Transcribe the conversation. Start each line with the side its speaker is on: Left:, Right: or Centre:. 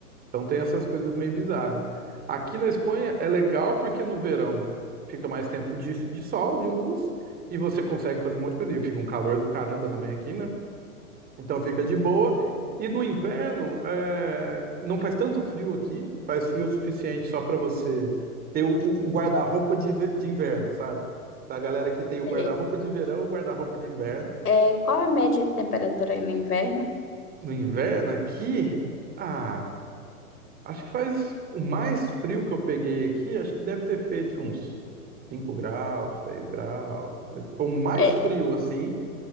Right: Então tem essas coisas meio bizarras. Aqui na Espanha é legal porque no verão fica mais tempo de, de sol, de luz, e você consegue fazer um monte de coisa. E fica um calor do caramba também aqui, né? Então fica de boa. E no inverno, é, não faz tanto frio aqui, faz frio o suficiente só para você ter o, o guarda-roupa de, ve- de inverno, sabe? Da galera que tem o
Left: Sei.
Right: guarda-roupa de verão e o guarda-roupa de inverno.
Left: É, qual é a média de temperatura aí no inverno?
Right: No inverno aqui, ah, Acho que faz o mais frio que eu peguei aqui, acho que deve ter feito uns 5 graus, 6 graus. Mas foi o mais
Left: É,
Right: frio, assim,